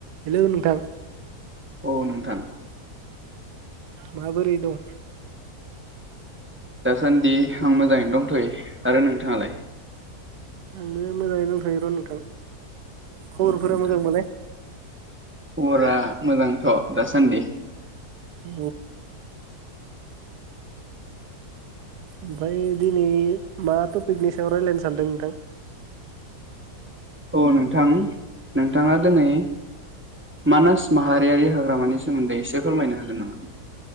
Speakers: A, on the right (about 75°); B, on the right (about 15°).
A: Hello नोंथां
B: औ नोंथां
A: माबोरै दं?
B: दासान्दि आं मोजाङैनो दंथयो आरो नोंथाङालाय?
A: आंबो मोजाङैनो दंथयोर नोंथां खबरफोरा
B: औ नोंथां
A: मोजांबालाय
B: खबरा मोजांथ दासान्दि
A: अ ओमफ्राय दिनै मा टपिकनि सायाव रायलायनो सानदों नोंथां?
B: औ नोंथां नोंथाङा दिनै मानास माहारियारि हाग्रामानि सोमोन्दै एसे फोरमायनो हागोन नामा?